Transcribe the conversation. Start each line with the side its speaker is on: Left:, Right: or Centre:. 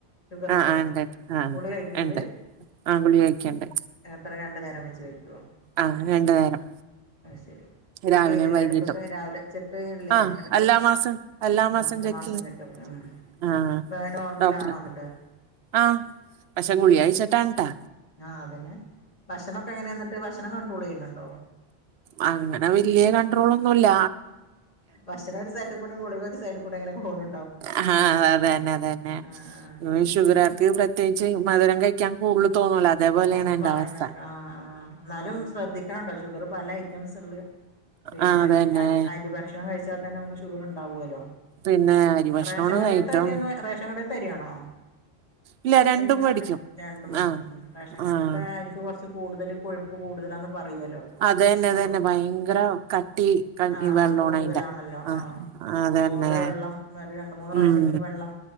Left: ഷുഗർണ്ടോ
Right: ആഹ് ആഹ് ഇണ്ട്ണ്ട് ആഹ്
Left: ഗുളികഴിക്കണ്ട്
Right: ഇണ്ട് ആഹ് ഗുളിക കഴിക്ക്ണ്ട്
Left: എത്ര രണ്ട് നേരം വെച്ച് കയ്‌ക്കോ
Right: ആഹ് രണ്ട് നേരം
Left: അത്ശരി ചെക്ക്
Right: രാവിലെയും
Left: ചെയ്യലില്ലേ
Right: വൈകീട്ടും
Left: ഇടക്കൊക്കെ രാവിലെ ചെക്ക് ചെയ്യലില്ലേ
Right: ആഹ്
Left: ഇടക്ക്
Right: എല്ലാ മാസം എല്ലാ
Left: നാല്
Right: ചെക്കെയ്യും
Left: മാസം ചെക്കപ്പ് ഉം
Right: ആഹ്
Left: ഇപ്പൊഅത് നോർമലാണോ
Right: ഡോക്ടറെ
Left: എന്നിട്ട്
Right: ആഹ് പക്ഷെ ഗുളിയകൈയിച്ചി താണട്ടാ
Left: ആഹ് അതന്നെ ഭക്ഷണക്കെ എങ്ങനെ എന്നിട്ട് ഭക്ഷണം കണ്ട്രോൾ ചെയ്യുന്നുണ്ടോ
Right: ആ അങ്ങനെ വലിയ കണ്ട്രോളൊന്നുയില്ല
Left: ഭക്ഷണ ഒരു സൈഡ് കൂടെ ഗുളിക ഒരു സൈഡ് കൂടെ അങ്ങനെ പോണ്ട്
Right: ആഹ് അതന്നെ അതന്നെ
Left: ആ
Right: ഷുഗർ കാർക്ക് പ്രത്യേച്ച് മധുരം കഴിക്കാൻ കൂടുതൽ തോന്നൂല അതേപോലെയാണ്
Left: തോന്നും
Right: എന്റെ
Left: പറയുന്നേക്ക
Right: അവസ്ഥ
Left: ആ ആഹ് എന്നാലും ശ്രദ്ധിക്കണം കേട്ടോ ഷുഗർ പലേ ഐറ്റംസും ഉണ്ട് പിന്നെ
Right: ആഹ് അതന്നെ
Left: പിന്നെ അ അരി ഭക്ഷണം കഴിച്ചാതന്നെ നമുക്ക് ഷുഗർ ഉണ്ടാവല്ലോ
Right: പിന്നെ അരി ഭക്ഷണമാണ്
Left: റേഷൻ കടെത്തെരിന്ന്
Right: ഏറ്റവും
Left: റേഷൻ കടെത്തെരിയാണോ
Right: ഇല്ല രണ്ടും
Left: കഴി ക്കാനെ
Right: മേടിക്കും
Left: രണ്ടും വേടിക്കും
Right: ആഹ്
Left: റേഷൻ കടേതെ
Right: ആഹ്
Left: ആരിക്ക് കുറച്ച് കൂടുതൽ കൊഴുപ്പ് കൂടുതലാണെന്ന് പറയോല്ലോ
Right: അതന്നെ അതന്നെ
Left: അഹ്
Right: ഭയങ്കര കട്ടി ക-
Left: ആഹ്
Right: വെള്ളമാണ്
Left: ആ കൂടുതലാണല്ലോ
Right: അയിന്റെ ആഹ്
Left: ആ അപ്പ
Right: അതന്നെ
Left: നല്ലപോലെ വെള്ളം ഒരു രണ്ട് മൂന്ന് പ്രാവശ്യെങ്കിലും
Right: ഉം
Left: വെള്ളം